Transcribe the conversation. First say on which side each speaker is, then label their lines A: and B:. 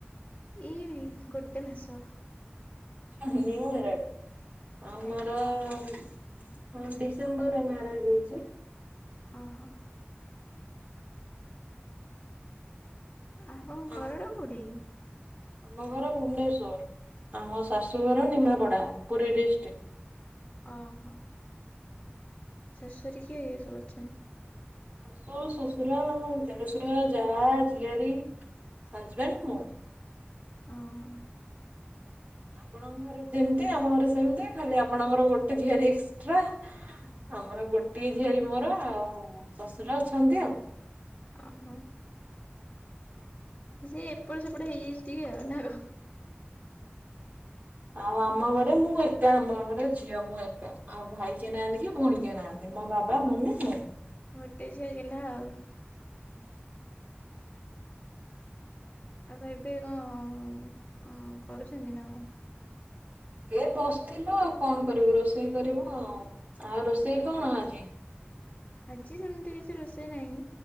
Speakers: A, on the left; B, on the right.
A: ଏଇ ଗୋଟେ ମାସ।
B: ଉ ହୁ ନିୟୁ ମ୍ୟାରେଡ ଆମର
A: ଆଜ୍ଞା।
B: ହଁ ଡିସେମ୍ବରରେ ମ୍ୟାରେଜ ହେଇଛି।
A: ଅ ହ। ଆପଣ ଙ୍କ
B: ଆଉ
A: ଘରଟା କୋଉଠି?
B: ଆମ ଘର ଭୁବନେଶ୍ଵର। ଆ ମୋ ଶାଶୁ ଘର ନିମାପଡା ପୁରୀ ଡିଷ୍ଟ୍ରିକ୍ଟ।
A: ଅ ହ। ଶାଶୁଘରେ କିଏ କିଏ ସବୁ ଅଛନ୍ତି?
B: ଶଶୁ, ଶଶୁର, ଦେଢଶୁର, ଯାଆ, ଝିଅରୀ। ହଜବେଣ୍ଡ ମୁଁ।
A: ଅ ହ।
B: ଆପଣଙ୍କ ଘରେ ଯେମିତି, ଆମ ଘରେ ସେମିତି, ଖାଲି ଆପଣଙ୍କର ଗୋଟେ ଝିଆରି ଏକ୍ସଟ୍ରା। ଆମର ଗୋଟିଏ ଝିଆରୀ ମୋର ଆଉ ଶଶୁର ଅଛନ୍ତି ଆଉ।
A: ଅ ହ। ସେ ଏପଟେ ସେପଟ ହେଇଯାଇଛି ଟିକେ ଆଉ ନା କ।
B: ଆଉ ଆମ ଘରେ ମୁଁ ଏକା ଆମ ଘରେ ଝିଅ ମୁଁ ଏକା। ଆଉ ଭାଇ କିଏ ନାହାନ୍ତି କି ଭଉଣୀ କିଏ ନାହାନ୍ତି। ମୋ ବାବା
A: ଅ
B: ମମି ମୁଁ।
A: ଗୋଟେ ଝିଅ ଗେଲ୍ହା ଆଉ।
B: ହୁ।
A: ଆଉ କଣ ଏବେ କଣ କରୁଛନ୍ତି ନା କଣ?
B: ଏ ବସିଥିଲୁ ଆଉ କଣ କରିବୁ ରୋଷେଇ କରିବୁ ଆଉ। ଆଉ ରୋଷେଇ କଣ ଆଜି? <inaudible>
A: ଆଜି ସେମିତି କିଛି ରୋଷେଇ ନାହିଁ।